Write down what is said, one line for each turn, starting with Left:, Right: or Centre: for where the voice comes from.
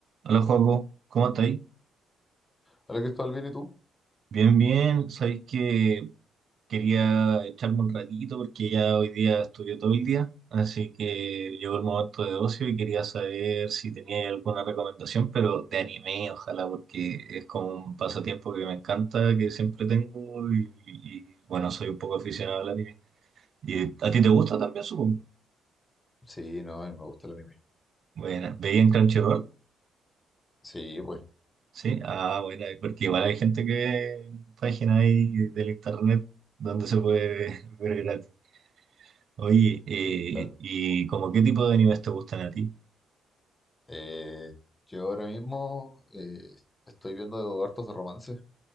Right: Hola, Joaco, ¿cómo estáis?
Left: Hola Cristóbal, ¿bien y tú?
Right: Bien, bien. Sabéis que quería echarme un ratito porque ya hoy día estudié todo el día, así que llegó el momento de ocio y quería saber si tenía alguna recomendación, pero de anime, ojalá, porque es como un pasatiempo que me encanta, que siempre tengo y, y- y, bueno, soy un poco aficionado al anime. ¿Y a ti te gusta también, supongo?
Left: Sí, no, a mí me gusta el anime.
Right: Bueno, ¿veía en Crunchyroll?
Left: Sí, pues,
Right: Sí, ah, bueno, porque igual hay gente que página ahí del internet donde se puede <laughs> ver gratis. Oye, eh,
Left: claro.
Right: ¿y como qué tipo de animes te gustan a ti?
Left: Eh, yo ahora mismo eh, estoy viendo hartos de romance.